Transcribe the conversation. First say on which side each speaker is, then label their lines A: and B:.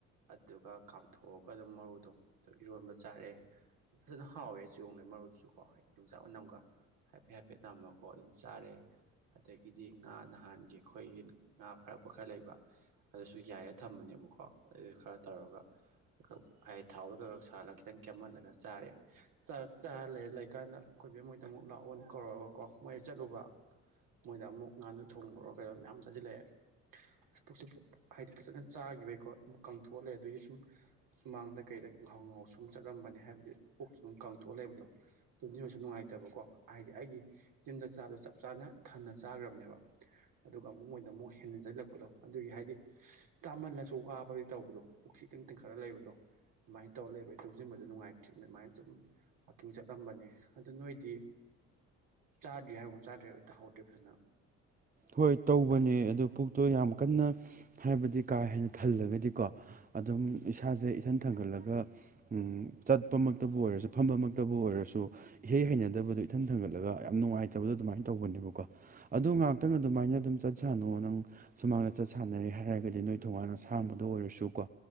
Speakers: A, on the right; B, on the right.
A: ꯑꯗꯨꯒ ꯀꯥꯝ__ <unintelligible> ꯊꯣꯛꯑꯒ ꯑꯗꯨꯝ ꯃꯔꯨꯗꯣ ꯑꯗꯨ ꯏꯔꯣꯟꯕ ꯆꯥꯔꯦ ꯐꯖꯅ ꯍꯥꯎꯋꯦ ꯆꯤꯒꯣꯡꯂꯩ ꯃꯔꯨꯗꯨꯁꯨꯀꯣ ꯍꯥꯏꯗꯤ ꯌꯣꯡꯆꯥꯛ ꯃꯅꯝꯒ ꯍꯥꯏꯐꯦꯠ ꯍꯥꯏꯐꯦꯠ ꯅꯝꯃꯀꯣ ꯑꯗꯨꯝ ꯆꯥꯔꯦ ꯑꯗꯒꯤꯗꯤ ꯉꯥ ꯅꯍꯥꯟꯒꯤ ꯑꯩꯈꯣꯏꯒꯤ ꯉꯥ ꯐꯥꯔꯛꯄ ꯈꯔ ꯂꯩꯕ ꯑꯗꯨꯁꯨ ꯌꯥꯏꯔ ꯊꯝꯕꯅꯦꯕꯀꯣ ꯑꯗꯨ ꯈꯔ ꯇꯧꯔꯒ <unintelligible> ꯊꯥꯎꯗ ꯈꯛ ꯈꯛ ꯁꯥꯍꯜꯂꯒ ꯈꯤꯇꯪ ꯀꯦꯝꯍꯜꯂꯒ ꯆꯥꯔꯦ ꯆꯥꯛ ꯆꯥꯔ ꯂꯩꯔ ꯂꯩꯀꯥꯟꯗ ꯑꯩꯈꯣꯏꯕꯦꯝ ꯍꯣꯏꯗ ꯑꯃꯨꯛ ꯂꯥꯛꯑꯣꯅ ꯀꯧꯔꯛꯑꯕꯀꯣ ꯃꯣꯏꯗ ꯆꯠꯂꯨꯕ ꯃꯣꯏꯗ ꯑꯃꯨꯛ ꯉꯥꯅꯨ ꯊꯣꯡꯕꯔꯣ ꯀꯩꯩꯌꯣ ꯃꯌꯥꯝ ꯆꯥꯁꯤꯜꯂꯛꯑꯦ ꯑꯁ ꯄꯨꯛꯁꯦ ꯄꯨꯛ ꯍꯥꯏꯗꯤ ꯐꯖꯅ ꯆꯥꯈꯤꯕꯒꯤꯀꯣ ꯑꯗꯨ ꯀꯪꯊꯣꯛꯑ ꯂꯩꯔꯦ ꯑꯗꯒꯤ ꯁꯨꯝ__ ꯁꯨꯃꯥꯡꯗ ꯀꯩꯗ ꯉꯥꯍꯧ ꯉꯥꯍꯧ ꯁꯨꯝ ꯆꯠꯂꯝꯕꯅꯦ ꯍꯥꯏꯕꯗꯤ ꯄꯨꯛꯁꯨꯨ ꯑꯗꯨꯝ ꯀꯡꯊꯣꯛꯑ ꯂꯩꯕꯗꯣ ꯇꯨꯝꯁꯤꯟꯕꯁꯨ ꯅꯨꯡꯉꯥꯏꯇꯕꯀꯣ ꯍꯥꯏꯗꯤ ꯑꯩꯒꯤ ꯌꯨꯝꯗ ꯆꯥꯕꯗꯣ ꯆꯞ ꯆꯥꯅ ꯊꯟꯅ ꯆꯥꯈ꯭ꯔꯕꯅꯦꯕ ꯑꯗꯨꯒ ꯑꯃꯨꯛ ꯃꯣꯏꯗ ꯑꯃꯨꯛ ꯍꯦꯟ ꯖꯜꯂꯛꯄꯗꯣ ꯑꯗꯨꯒꯤ ꯍꯥꯏꯗꯤ ꯆꯥꯃꯜꯂꯁꯨ ꯋꯥꯕꯒꯤ ꯇꯧꯕꯗꯣ ꯄꯨꯛꯁꯦ ꯏꯇꯤꯡ ꯇꯤꯡꯈꯠꯂ ꯂꯩꯕꯗꯣ ꯑꯗꯨꯃꯥꯏꯟ ꯇꯧꯔ ꯂꯩꯔꯦ ꯇꯨꯝꯁꯤꯟꯕꯗ ꯅꯨꯡꯉꯥꯏꯇ꯭ꯔꯤꯅ ꯑꯝꯃꯥꯏꯟ ꯁꯨꯝ ꯋꯥꯛꯀꯤꯡ ꯆꯠꯂꯝꯕꯅꯦ ꯑꯗꯨ ꯅꯣꯏꯗꯤ ꯆꯥꯗ꯭ꯔꯤ ꯍꯥꯏꯔꯣ ꯆꯥꯗ꯭ꯔꯦ ꯑꯩ ꯇꯥꯍꯧꯗ꯭ꯔꯦ ꯐꯖꯅ
B: ꯍꯣꯏ ꯇꯧꯕꯅꯦ ꯑꯗꯣ ꯄꯨꯛꯇꯣ ꯌꯥꯝ ꯀꯟꯅ ꯍꯥꯏꯕꯗꯤ ꯀꯥ ꯍꯦꯟꯅ ꯊꯜꯂꯒꯗꯤꯀꯣ ꯑꯗꯨꯝ ꯏꯁꯥꯁꯦ ꯏꯊꯟ ꯊꯟꯒꯠꯂꯒ ꯎꯝ ꯆꯠꯄꯃꯛꯇꯕꯨ ꯑꯣꯏꯔꯁꯨ ꯐꯝꯕꯃꯛꯇꯕꯨ ꯑꯣꯏꯔꯁꯨ ꯏꯍꯩ ꯍꯩꯅꯗꯕꯗꯣ ꯏꯊꯟ ꯊꯟꯒꯠꯂꯒ ꯌꯥꯝ ꯅꯨꯡꯉꯥꯏꯇꯕꯗꯣ ꯑꯗꯨꯃꯥꯏꯅ ꯇꯧꯕꯅꯦꯕꯀꯣ ꯑꯗꯣ ꯉꯥꯏꯇ__ ꯈꯤꯇꯪ ꯑꯗꯨꯃꯥꯏꯅ ꯑꯗꯨꯝ ꯆꯠ ꯁꯥꯥꯅꯧꯋꯣ ꯅꯪ ꯁꯨꯃꯥꯡꯗ ꯆꯠ ꯁꯥꯟꯅꯔꯦ ꯍꯥꯏꯔꯒꯗꯤ ꯅꯣꯏ ꯊꯣꯡꯒꯥꯟ ꯑꯁꯥꯡꯕꯗ ꯑꯣꯏꯔꯁꯨꯀꯣ